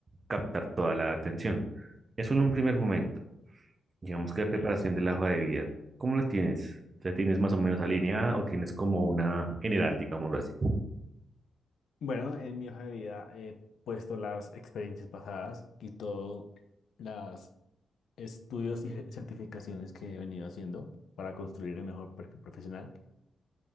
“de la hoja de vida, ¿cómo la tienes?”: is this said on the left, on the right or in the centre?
Right